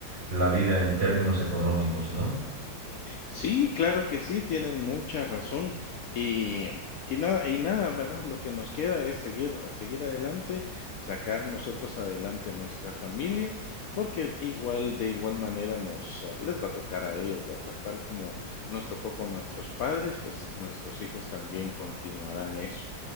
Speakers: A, on the right; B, on the left.
A: la vida en términos económicos, ¿no?
B: Sí, claro que sí, Tienen mucha razón. Y, y nada, y nada, ¿verdad? Lo que nos queda es seguir, seguir adelante, sacar nosotros adelante a nuestra familia, porque igual, de igual manera nos ah, les va a tocar a ellos, ¿verdad? Tal como nos tocó con nuestros padres, pues nuestros hijos también continuarán eso.